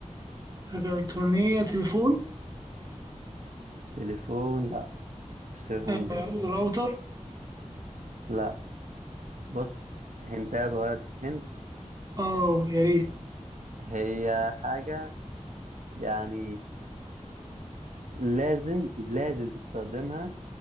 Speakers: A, on the right (about 30°); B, on the right (about 85°).
A: حاجة إلكترونية تليفون
B: تليفون لا مش تليفون
A: آه، راوتر
B: لا بص هنتايه صغيره اديك. هنت
A: أه يا ريت
B: هي حاجه يعني لازم لازم تستخدمها